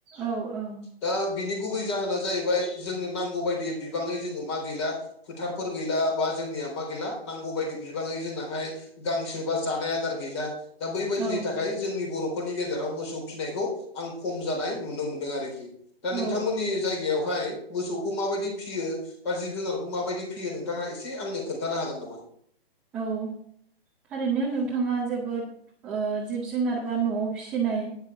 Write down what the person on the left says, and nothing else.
दा बिनि गुबै जाहोना जाहैबाय जोंनो नांगौ बायदि बिबाङै जोङो मा गैला फोथारफोर गैला बा जोंनिया मा गैला नांगौ बायदि बिबाङै जोंनाहाय गांसो बा जानाय आदार गैला दा बैबायदिनि
थाखाय जोंनि बर'फोरनि गेजेराव मोसौ फिसिनायखौ आं खम जानाय नुनो मोनदों आरोखि। दा
नोंथांमोननि जायगायावहाय मोसौखौ माबायदि फियो बा जिब जुनारखौ माबायदि फियो नोंथाङा एसे आंनो खोन्थानो हागोन नामा?